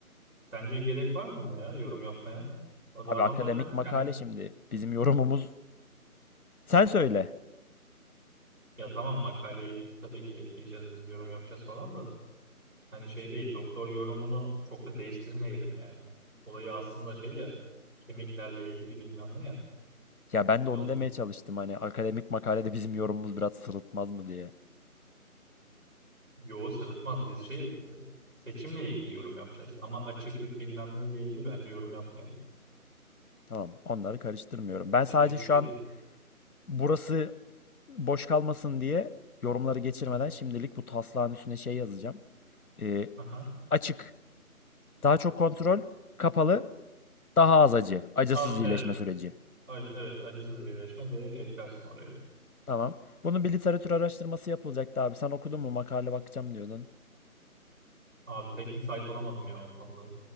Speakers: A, on the right; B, on the left.
A: sence gerek var mı buna ya yorum yapmaya? O da
B: Abi
A: adam
B: akademik
A: zaten
B: makale
A: kendi
B: şimdi bizim yorumumuz. Sen söyle.
A: ya tamam makaleyi tabii ki ekleyeceğiz biz yorum yapacağız falan da. Hani şey değil, doktor yorumunu çok da değiştirmeyelim yani. Olayı aslında şey ya, kemiklerle ilgili bilmem ne ya.
B: Ya ben
A: Biz
B: de onu
A: onu
B: demeye çalıştım hani akademik makalede bizim yorumumuz biraz sırıtmaz mı diye.
A: yoğu sırıtmaz. Biz şey e, seçimle ilgili yorum yapacağız. Ama açıklık bilmem neyle ilgili bence yorum yapmayalım.
B: Tamam, onları karıştırmıyorum. Ben sadece
A: Bizlik
B: şu
A: bir şey
B: an
A: değil.
B: burası boş kalmasın diye yorumları geçirmeden
A: Ha,
B: şimdilik bu taslağın üstüne şey yazacağım. Ee,
A: Aha.
B: açık, daha çok kontrol, kapalı, daha az acı, acısız
A: Az,
B: iyileşme
A: evet.
B: süreci.
A: Acı, evet. Acısız iyileşme de eklersin oraya.
B: Tamam. Bunun bir literatür araştırması yapılacaktı abi. Sen okudun mu? Makale bakacağım diyordun.
A: Abi pek müsait olamadım ya o konuda.